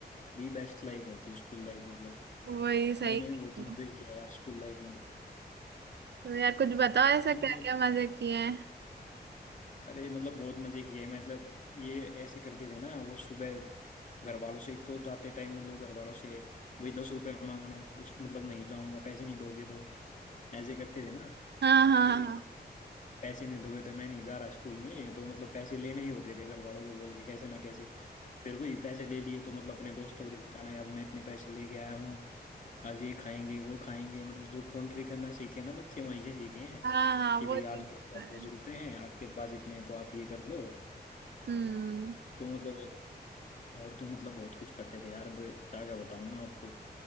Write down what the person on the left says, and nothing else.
दी बेस्ट लाइफ होती है स्कूल लाइफ मतलब
मैंने भी बहुत
इंजॉय किया है यार स्कूल लाइफ में तो
अच्छा
मतलब
अरे मतलब बहुत मजे किए मतलब ये ऐसे करते थे ना वो सुबह घर वालों से एक तो जाते टाइम मतलब घर वालों से वही दस रुपए मांगना उस मतलब नहीं जाऊंगा पैसे नहीं दोगे तो ऐसे करते थे ना
कि पैसे नहीं दोगे तो मैं नहीं जा रहा स्कूल में तो मतलब पैसे लेने ही होते थे घर वालों को बोल के कैसे ना कैसे फिर वही पैसे ले लिए तो मतलब अपने दोस्तों को दिखाना यार मैं इतने पैसे लेके आया हूँ आज ये खाएंगे वो खाएंगे मतलब जो कॉन्ट्री करना सीखे ना बच्चे वहीं से सीखे हैं
कि
भाई
आज मेरे पास
दस रुपए हैं आपके पास इतने हैं तो आप ये कर लो
तो मतलब और तो मतलब बहुत कुछ करते थे यार अब क्या क्या बताऊं मैं आपको